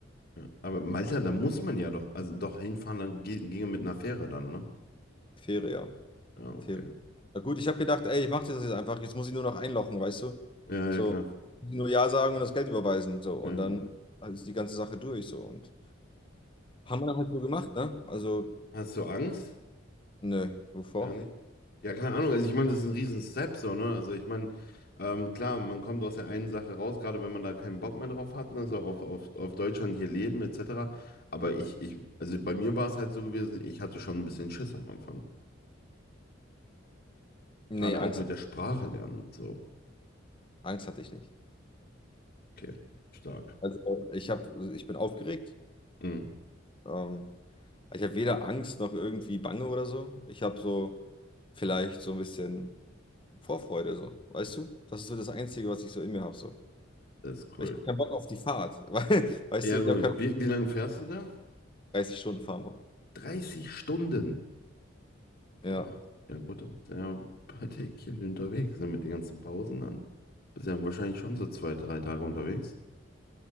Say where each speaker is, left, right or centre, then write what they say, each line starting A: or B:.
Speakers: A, on the left (about 50°); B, on the left (about 25°).
A: Ja. Aber Malta, da muss man ja doch, also doch hinfahren, dann ge- ginge mit einer Fähre dann, ne?
B: faire, ja,
A: Ja, okay.
B: faire. Na gut, ich habe gedacht, ey, ich mache das jetzt einfach, jetzt muss ich nur noch einlochen, weißt du?
A: Ja,
B: So,
A: ja, klar.
B: nur Ja sagen und das Geld überweisen, so, und
A: Ja.
B: dann ist die ganze Sache durch, so, und haben wir dann halt so gemacht, ne? Also,
A: Hast du Angst?
B: ne, wovor?
A: Gar nicht? Ja, keine Ahnung. Also ich meine, das ist ein riesen Step so, ne? Also ich meine, ähm, klar, man kommt aus der einen Sache raus, gerade wenn man da keinen Bock mehr drauf hat, ne? So auf, auf, auf Deutschland hier leben, etc. Aber ich, ich, also bei mir war es halt so gewesen, ich hatte schon ein bisschen Schiss am Anfang.
B: Nee,
A: Gerade
B: Angst,
A: auch mit der Sprache lernen und so.
B: Angst hatte ich nicht.
A: Okay, stark.
B: Also ich habe, ich bin aufgeregt,
A: Mhm.
B: Ähm, ich habe weder Angst noch irgendwie Bange oder so. Ich habe so vielleicht so ein bisschen Vorfreude, so, weißt du? Das ist so das Einzige, was ich so in mir habe. So.
A: Das ist
B: Ich
A: cool.
B: habe keinen Bock auf die Fahrt. <laughs> weil- Weißt
A: Ja,
B: du, ich
A: gut.
B: habe keinen Bock
A: Wie, wie lange fährst du da?
B: auf 30 Stunden fahren.
A: 30 Stunden.
B: Ja.
A: Boah, ja gut, dann bist du ja ein paar Tägchen unterwegs, ne, mit den ganzen Pausen dann. Bist ja wahrscheinlich schon so zwei, drei Tage unterwegs.